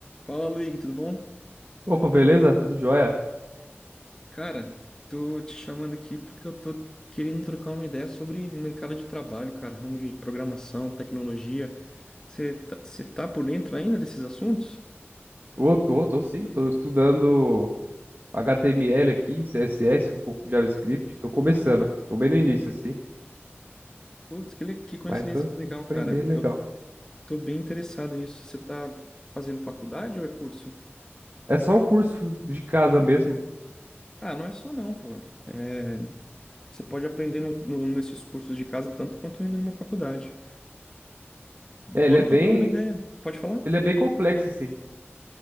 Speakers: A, on the left; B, on the right.
A: Fala, Luigi, tudo bom?
B: Opa, beleza? Tudo jóia?
A: Cara, tô te chamando aqui porque eu tô querendo trocar uma ideia sobre mercado de trabalho, cara, ramo de programação, tecnologia. Você tá, você tá por dentro ainda desses assuntos?
B: Ô, tô, tô sim, tô estudando HTML aqui, CSS, um pouco de JavaScript, tô começando, tô bem no início, assim,
A: Putz, que, le- que coincidência
B: mas tô vou
A: legal,
B: aprender
A: cara.
B: é legal.
A: Eu tô bem interessado nisso. Você tá fazendo faculdade ou é curso?
B: É só um curso de casa mesmo.
A: Ah, não é só não, pô. É, você pode aprender no- no- nesses cursos de casa tanto quanto indo numa faculdade. Bora
B: É, ele é bem,
A: trocar uma ideia. Pode falar?
B: ele é bem complexo, assim,